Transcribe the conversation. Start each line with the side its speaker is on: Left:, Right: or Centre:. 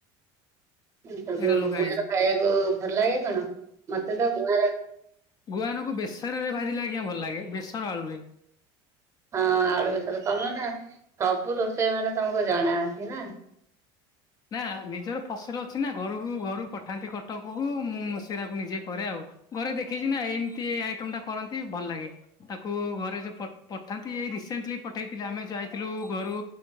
Right: ସବୁ
Left: ଏରା ଲଗା
Right: ଗୁଆଁର
Left: ହେଇଛି
Right: ଖାଇବାକୁ ଭଲ ଲାଗେ କଣ ମତେ ତ ଗୁଆଁର
Left: ଗୁଆଁର କୁ ବେସନ ରେ ଭାଜିଲେ ଆଜ୍ଞା ଭଲ ଲାଗେ ବେସନ ଆଳୁରେ
Right: ହଁ ଆଳୁ ବିଷୟ ତମେ ନା ସବୁ ରୋଷେଇ ମାନେ ତମକୁ ଜଣା ଅଛି ନା
Left: ନା ନିଜର ଫସଲ ଅ ସନା ଘରକୁ ଘରୁ ପଠାନ୍ତି କଟକକୁ ମୁଁ ସେରାାକୁ ନିଜେ କରେ ଆଉ ଘରେ ଦେଖିଛି ନା ଏମତି ଆଇଟମ ଟା କରନ୍ତି ଭଲ ଲାଗେ ତାକୁ ଘରେ ଯୋଉ ପଠାନ୍ତି ଏଇ ରିସେଣ୍ଟଲି ପଠେଇଥିଲେ ଆମେ ଯଉ ଥିଲୁ ଘରୁ